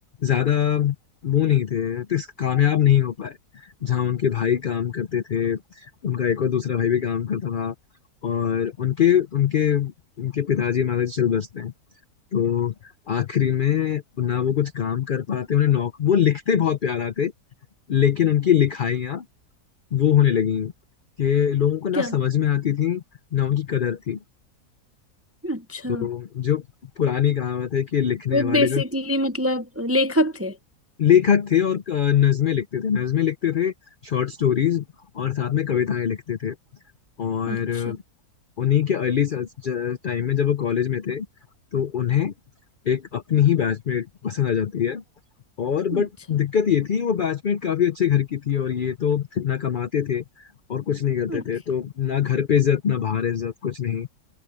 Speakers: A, on the left; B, on the right.
A: ज्यादा वो नहीं थे तो इस कामयाब नहीं हो पाए जहाँ उनके भाई काम करते थे उनका एक और दूसरा भाई भी काम करता था और उनके उनके उनके पिताजी माता जी चल बसते हैं तो आखिरी में ना वो कुछ काम कर पाते उन्हें नौक वो लिखते बहुत प्यार आते लेकिन उनकी लिखाइयाँ वो होने लगी कि लोगों को ना
B: क्या
A: समझ में आती थी ना उनकी कदर थी
B: अच्छा
A: तो जो पुरानी कहावत है कि लिखने
B: वो
A: वाले
B: बेसिकली
A: जो
B: मतलब लेखक थे
A: लेखक थे और अ, नज्में लिखते थे नज्में लिखते थे शॉर्ट स्टोरीज और साथ में कविताएं लिखते थे और
B: अच्छा
A: अ, उन्हीं के अर्ली टाइम में जब वो कॉलेज में थे तो उन्हें एक अपनी ही बैचमेट पसंद आ जाती है और
B: अच्छा
A: बट दिक्कत ये थी वो बैचमेट काफी अच्छे घर की थी और ये तो ना कमाते थे और कुछ नहीं करते
B: अच्छा
A: थे तो ना घर पे इज्जत ना बाहर इज्जत कुछ नहीं